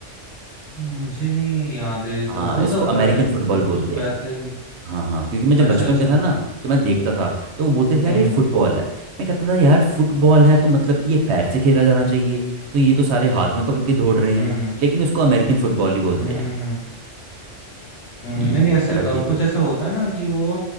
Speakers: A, on the left; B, on the right.
A: मुझे नहीं याद है ये सब
B: हाँ
A: हो
B: इसको
A: सकता
B: अमेरिकन
A: है क्योंकि
B: फुटबॉल
A: कुछ
B: बोलते
A: वैसे
B: हैं
A: ही
B: हाँ हाँ क्योंकि मैं जब
A: अच्छा
B: बचपन
A: अच्छा
B: में था ना तो मैं देखता था तो वो बोलते थे यार
A: हम्म
B: ये फुटबॉल है मैं कहता था यार फुटबॉल है तो मतलब कि ये पैर से खेला जाना चाहिए तो ये तो सारे हाथ में पकड़ के दौड़ रहे हैं
A: हम्म
B: लेकिन उसको अमेरिकन फुटबॉल ही बोलते
A: हम्म
B: हैं
A: हम्म हम्म, हम्म,
B: हम्म,
A: नहीं नहीं ऐसे
B: रग्बी
A: अ, कुछ
B: को
A: ऐसा होता है ना कि वो